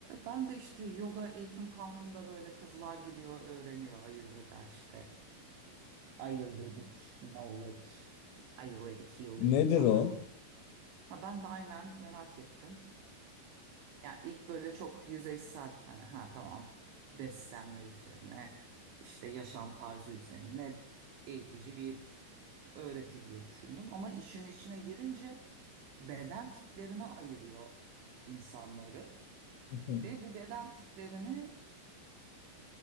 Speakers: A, on the right (about 70°); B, on the left (about 70°).
A: Ben de işte yoga eğitim kampında böyle kızlar gidiyor öğreniyor Ayurveda işte. Ayurvedic knowledge, Ayurvedic healing
B: Nedir
A: falan.
B: o?
A: Ha, ben de aynen merak ettim. Ya ilk böyle çok yüzeysel hani ha tamam beslenme üzerine işte yaşam tarzı üzerine eğitici bir öğreti diye düşündüm. Ama işin içine girince beden tiplerine ayırıyor insanları
B: <laughs>
A: ve bu beden tiplerini